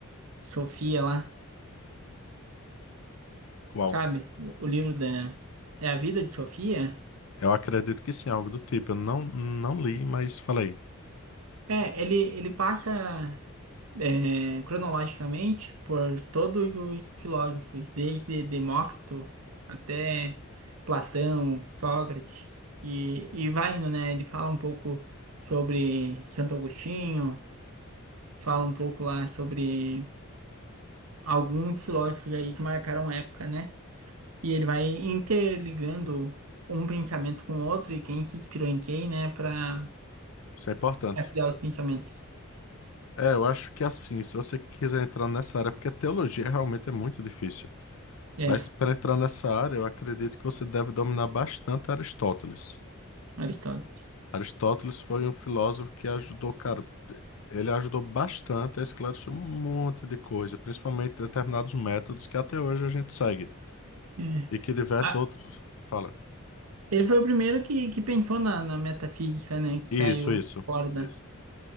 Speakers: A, on the right; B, on the left.
A: Sofia lá,
B: Qual?
A: sabe? O o livro da... É a vida de Sofia?
B: Eu acredito que sim, algo do tipo. Eu não, não li, mas falei.
A: É, ele, ele passa é, cronologicamente por todos os filósofos, desde Demócrito até Platão, Sócrates, e, e vai indo, né? Ele fala um pouco sobre Santo Agostinho, fala um pouco lá sobre alguns filósofos aí que marcaram a época, né? E ele vai interligando um pensamento com o outro e quem se inspirou em quem, né, para
B: Isso é importante.
A: criar os pensamentos.
B: É, eu acho que assim, se você quiser entrar nessa área, porque teologia realmente é muito difícil.
A: É,
B: Mas para entrar nessa área, eu acredito que você deve dominar bastante Aristóteles.
A: Aristóteles.
B: Aristóteles foi um filósofo que ajudou, cara, ele ajudou bastante a esclarecer um monte de coisa, principalmente determinados métodos que até hoje a gente segue
A: É.
B: e que diversos
A: Ah,
B: outros fala.
A: ele foi o primeiro que, que pensou na, na metafísica, né? Que
B: Isso,
A: saiu
B: isso,
A: fora da.
B: isso,